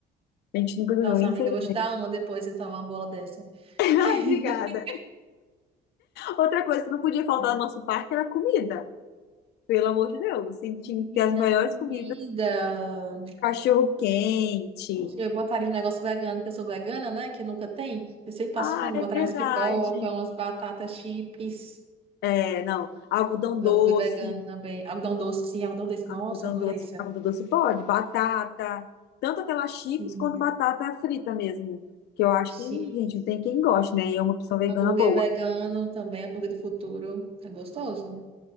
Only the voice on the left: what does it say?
A gente nunca ganhou,
infelizmente.
<laughs> Ai,
obrigada. Outra coisa que não podia faltar
no nosso parque era comida. Pelo amor de Deus, assim, tinha
que ter as melhores
comidas. Cachorro quente,
Ah,
é
verdade.
É, não. Algodão
doce,
algodão
doce,
algodão doce pode, batata, tanto aquela
chips quanto batata frita mesmo. Que eu acho
que, gente, não tem quem goste, né? E é uma opção vegana
boa.